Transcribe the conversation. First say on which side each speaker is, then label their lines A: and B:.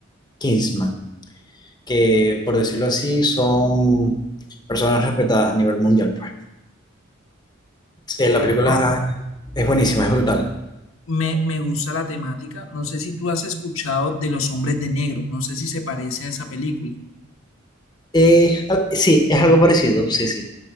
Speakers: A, on the left; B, on the left.
A: Kingsman, que por decirlo así son personas respetadas a nivel mundial, pues. Eh, la
B: Bueno,
A: película
B: no,
A: es buenísima, es brutal.
B: me, me gusta la temática. No sé si tú has escuchado de Los Hombres de Negro, no sé si se parece a esa película.
A: Eh, ah, sí, es algo parecido, sí, sí.